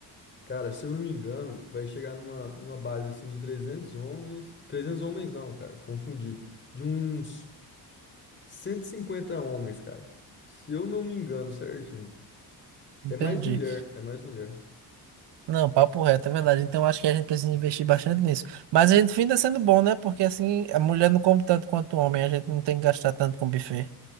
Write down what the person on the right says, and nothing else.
Entendi.
Não, papo reto, é verdade. Então acho que a gente precisa investir bastante nisso. Mas a gente finda sendo bom, né? Porque assim, a mulher não come tanto quanto o homem, a gente não tem que gastar tanto com buffet.